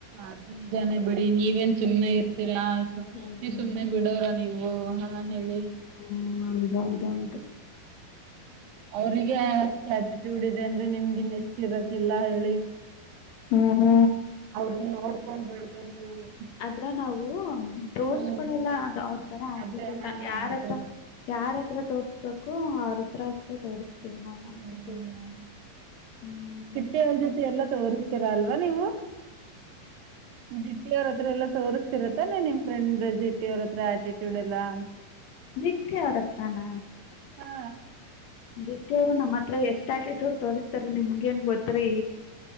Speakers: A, on the right (about 75°); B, on the left (about 75°).
A: ಅದ್ ನಿಜನೇ ಬಿಡಿ ನೀವೇನ್ ಸುಮ್ನೆ ಇರ್ತೀರಾ
B: ಹ್ಮ್
A: ನೀವ್ ಸುಮ್ನೆ ಬಿಡೋರ ನೀವು. ನೀವು ಹಾ ಹೇಳಿ.
B: ಹ್ಮ್ ಹೌದೌದೌದು.
A: ಅವ್ರಿಗೆಷ್ಟು ಆಟಿಟ್ಯೂಡ್ ಇದೆ ಅಂದ್ರೆ ನಿಮ್ಗೆ ಇನ್ನೆಷ್ಟು ಇರದಿಲ್ಲ ಹೇಳಿ.
B: ಹ್ಮ ಹ್ಮ
A: ಅವ್ರ ನೀವು ನೋಡ್ಕೊಂಡ್ ಬೆಳದವ್ರು ನೀವು.
B: ಅದ್ರ ನಾವು ತೋರ್ಸ್ಕೊಳ್ಳಲ್ಲ
A: ಹ್ಮ್
B: ಅದು ಅವ್ರ ತರ ಆಟಿಟ್ಯೂಡ್
A: ಅದೇ ಹಾ
B: ಯಾರತ್ರ.
A: ಅದೇ
B: ಯಾರ ಹತ್ರ ತೋಸಬೇಕು ಅವ್ರ ಹತ್ರ ಅಷ್ಟೇ ತೋರ್ಸ್.
A: ಹ್ಮ್
B: <unintelligible>
A: ಬೇರೆಯವರ ಜೊತೆ ಎಲ್ಲ ತೋಸು. ತೀರ ಅಲ್ವಾ ನೀವು. ಜಿಟ್ಟಿ ಅವ್ರ ಹತ್ರ ಎಲ್ಲಾ ತೋರಿಸಸ್ತಿರತ್ತಾನ ನಿಮ್ ಫ್ರೆಂಡ್ ಜಿಟ್ಟಿ ಅವ್ರ ಹತ್ರ ಆಟಿಟ್ಯೂಡ್ ಎಲ್ಲಾ.
B: ಜಿಟ್ಟಿ ಅವರತ್ರಾನ.
A: ಹಾ
B: ಬಿಟ್ಟು ನಮ್ಮ್ ಹತ್ರ ಎಷ್ಟ್ ಆಟಿಟ್ಯೂಡ್ ತೋರಿಸತಾರ ನಿಮ್ಗೇನ್ ಗೊತ್ರಿ.